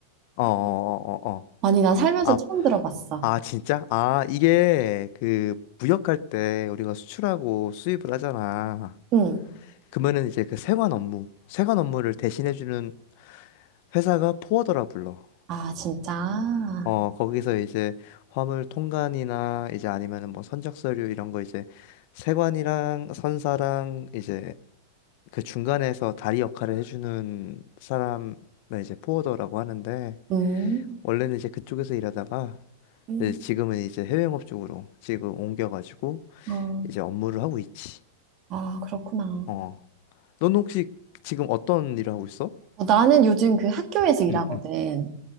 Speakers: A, on the left; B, on the right.
A: 어어어어 어. 어,
B: 아니, 나 살면서
A: 어, 어, 어.
B: 처음
A: 아
B: 들어봤어.
A: 아, 진짜? 아, 이게 그 무역할 때 우리가 수출하고 수입을 하잖아.
B: 응.
A: 그러면은 이제 그 세관 업무, 세관 업무를 대신해주는 회사가 포워더라 불러.
B: 아, 진짜?
A: 어, 거기서 이제 화물 통관이나 이제 아니면은 뭐 선적 서류 이런 거 이제 세관이랑 선사랑 이제 그 중간에서 다리 역할을 해주는 사람을 이제 포워더라고 하는데
B: 음.
A: 원래는 이제 그쪽에서 일하다가
B: 음.
A: 이제 지금은 이제 해외 영업 쪽으로 지금 옮겨가지고
B: 어.
A: 이제 업무를 하고 있지.
B: 아, 그렇구나.
A: 어. 넌 혹시 지금 어떤 일을 하고 있어?
B: 어, 나는 요즘 그 학교에서 일하거든.
A: 응, 응.